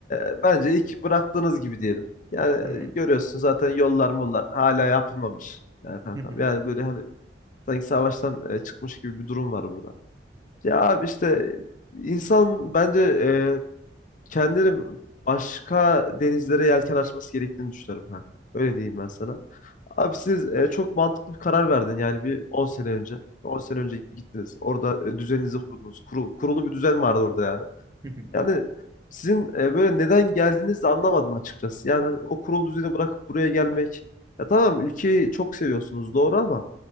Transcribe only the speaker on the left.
e, bence ilk bıraktığınız gibi diyelim. Yani
e, görüyorsun zaten yollar mollar hala yapılmamış. Yani kankam
yani böyle hani sanki savaştan e, çıkmış gibi bir durum var burada. Ya abi işte insan bence e, kendini başka denizlere yelken açması gerektiğini düşünüyorum kanka. Öyle diyeyim ben sana. Abi siz e, çok mantıklı bir karar verdin yani bir 10 sene önce. 10 sene önce gittiniz. Orada e, düzeninizi kurdunuz. Kuru- kurulu bir düzen vardı orada yani.
Yani sizin e, böyle neden geldiğinizi de anlamadım açıkçası. Yani hani o kurulu düzeni bırakıp buraya gelmek. Ya tamam ülkeyi çok seviyorsunuz doğru ama